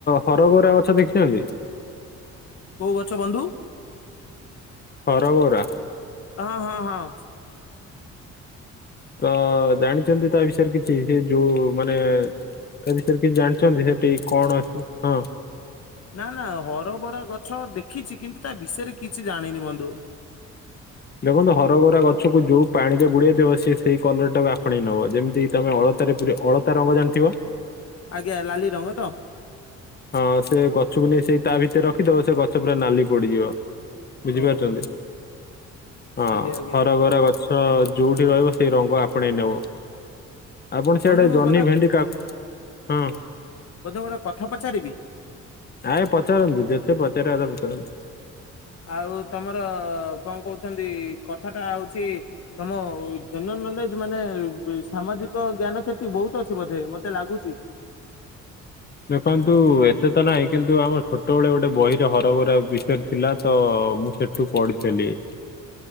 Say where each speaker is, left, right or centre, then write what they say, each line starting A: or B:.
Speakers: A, on the left; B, on the left.
A: ହରଗୌରା ଗଛ ଦେଖିଛନ୍ତି?
B: କଉ ଗଛ ବନ୍ଧୁ?
A: ହରଗୌରା।
B: ହଁ ହଁ ହଁ।
A: ତ ଜାଣିଛନ୍ତି ତା ବିଷୟରେ କିଛି ଟିକେ ଯୋଉ ମାନେ ତା ବିଷୟରେ କିଛି ଜାଣିଛନ୍ତି ସେଠିକ କଣ? ହଁ।
B: ନା ନା ହରବରା ଗଛ ଦେଖିଛି କିନ୍ତୁ ତା ବିଷୟରେ କିଛି ଜାଣିନି ବନ୍ଧୁ।
A: ଦେଖନ୍ତୁ ହରଗୌରା ଗଛକୁ ଯୋଉ ପାଣିରେ ବୁଡେଇଦିବ ସିଏ ସେଇ କଲର ଟାକୁ ଆପଣେଇ ନବ ଯେମିତି ତମେ ଅଳ ତା ରେ ପୁରେଇ ଅଳତା ରଙ୍ଗ ଜାଣିଥିବ?
B: ଆଜ୍ଞା ଲାଲି ରଙ୍ଗ ତ?
A: ହଁ ସେ ଗଛକୁ ନେଇ ସେଇ ତା ଭିତରେ ରଖିଦବ ସେ ଗଛ ପୁରା ନାଲି ପଡିଯିବ। ବୁଝିପାରୁଛନ୍ତି
B: ଓହୋ
A: ହଁ
B: ଆଜ୍ଞା ଆଜ୍ଞା
A: ହରାଗୌରା ଗଛ ତ ଯୋଉଠି ରହିବ ସେଇ ରଙ୍ଗ ଆପଣେଇ ନେବ। ଆପଣ
B: ବନ୍ଧୁ
A: ସେଆଡେ ଜହ୍ନି
B: ଗୋଟା
A: ଭେଣ୍ଡି କାକୁ- ହଁ।
B: ବନ୍ଧୁ ଗୋଟେ କଥା ପଚାରିବି?
A: ଆ ଏ ପଚାରନ୍ତୁ ଯେତେ ପଚାରିବା କଥା ପଚାରନ୍ତୁ।
B: ଆଉ ତମର କଣ କଥାଟା ହଉଛି ତମ ଜେନେରାଲ ନଲେଜ ମାନେ ସାମାଜିକ ଜ୍ଞାନ କ୍ଷତି ବହୁତ ଅଛି ବୋଧେ ମତେ ଲାଗୁଛି।
A: ଦେଖନ୍ତୁ ଏତେ ତ ନାହିଁ କିନ୍ତୁ ଆମ ଛୋଟବେେଳେ ଗୋଟେ ବହିରେ ହରଗୌରା ବିଷୟରେ ଥିଲା ତ ହଉ ମୁଁ ସେଠୁ ପଢିଥିଲି।